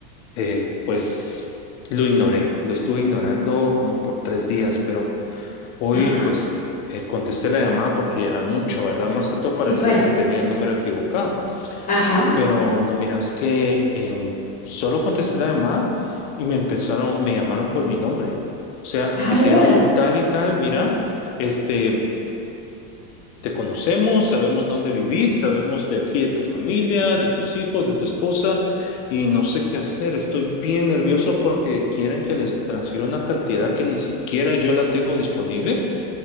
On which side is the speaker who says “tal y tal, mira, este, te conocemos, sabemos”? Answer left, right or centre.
Left